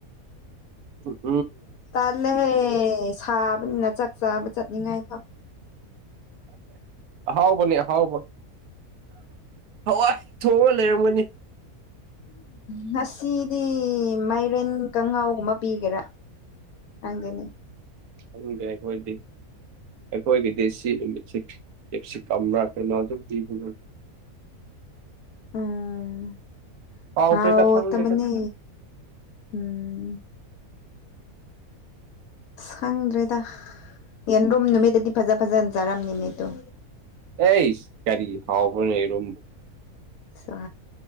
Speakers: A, on the right; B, on the left.
A: ꯎꯝ
B: ꯇꯥꯜꯂꯦꯍꯦ ꯁꯥꯕꯅꯤꯅ ꯆꯥꯛ ꯆꯥꯕ ꯆꯠꯅꯤꯡꯉꯥꯏ ꯐꯥꯎ
A: ꯑꯥꯎꯕꯅꯤ ꯑꯍꯥꯎꯕ ꯍꯋꯥꯏ ꯊꯣꯛꯑ ꯂꯩꯔꯝꯒꯅꯤ
B: ꯉꯁꯤꯗꯤ ꯃꯥꯏꯔꯦꯟ ꯀꯥꯡꯪꯍꯥꯎꯒꯨꯝꯕ ꯕꯤꯒꯔꯥ ꯑꯪꯗꯨꯅꯤ
A: ꯑꯒꯦꯒ ꯑꯣꯏꯣꯏꯗꯤ ꯑꯩꯈꯣꯏꯒꯤꯗꯤ ꯁꯤ ꯅꯨꯃꯤꯠꯁꯤꯦ ꯀꯝꯕ꯭ꯔꯥ ꯀꯩꯅꯣ ꯑꯗꯨꯝ ꯄꯤꯕ
B: ꯑꯝ
A: ꯍꯥꯎꯈ꯭ꯔꯦꯗ
B: ꯍꯥꯎ
A: ꯈꯪꯗꯦꯗ
B: ꯃꯅꯤ ꯎꯝ ꯁꯪꯗ꯭ꯔꯦꯗ ꯌꯦꯟꯗꯣꯝ ꯅꯨꯃꯤꯠꯇꯗꯤ ꯐꯖ ꯐꯖꯍꯟꯖꯔꯝꯅꯤꯅꯦꯗꯣ
A: ꯑꯩ ꯀꯥꯔꯤ ꯍꯋꯥ ꯐꯅ ꯑꯦꯔꯝ
B: ꯁ